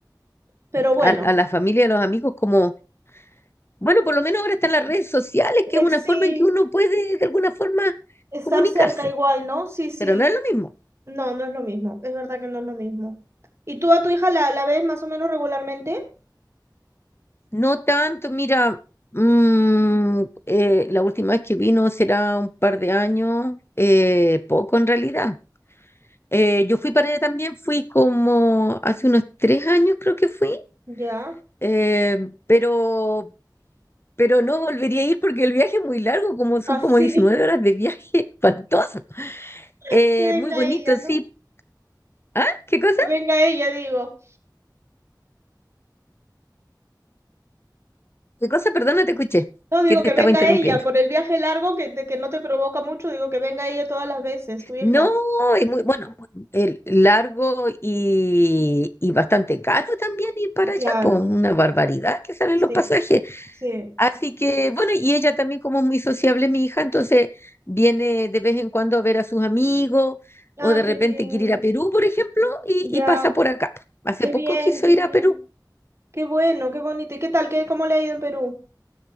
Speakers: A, on the right (about 35°); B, on the left (about 35°).
A: Pero bueno,
B: a, a la familia y a los amigos como, bueno, por lo menos ahora están las redes sociales, que
A: eh,
B: es una
A: sí,
B: forma en que uno puede de alguna forma
A: estar
B: comunicarse,
A: cerca igual, ¿no? Sí, sí.
B: pero no es lo mismo.
A: No, no es lo mismo. Es verdad que no es lo mismo. ¿Y tú a tu hija la, la ves más o menos regularmente?
B: No tanto, mira, mm, eh, la última vez que vino será un par de años, eh, poco en realidad. Eh, yo fui para allá también, fui como hace unos tres años creo que fui,
A: Ya.
B: eh, pero, pero no volvería a ir porque el viaje es muy largo, como son
A: Así,
B: como 19 horas de viaje, <laughs> espantoso.
A: <laughs>
B: Eh,
A: que venga
B: muy bonito,
A: ella,
B: sí.
A: ¿no?
B: ¿Ah? ¿Qué cosa?
A: Que venga ella, digo.
B: ¿Qué cosa? Perdón, no te escuché,
A: No, digo
B: que te
A: que
B: estaba
A: venga
B: interrumpiendo.
A: ella, por el viaje largo que, te- que no te provoca mucho, digo que venga ella todas las veces, tu hija.
B: No, es muy, bueno, el largo y, y bastante caro también ir para allá,
A: Claro,
B: pues una barbaridad que salen
A: sí,
B: los pasajes.
A: sí.
B: Así que, bueno, y ella también como es muy sociable, mi hija, entonces viene de vez en cuando a ver a sus amigos
A: Ah,
B: o de repente
A: qué bien,
B: quiere ir a Perú, por ejemplo, y,
A: ya,
B: y pasa por acá. Hace
A: qué
B: poco
A: bien,
B: quiso
A: qué
B: ir
A: bien,
B: a Perú.
A: qué bueno, qué bonito. ¿Y qué tal? ¿Qué, cómo le ha ido en Perú?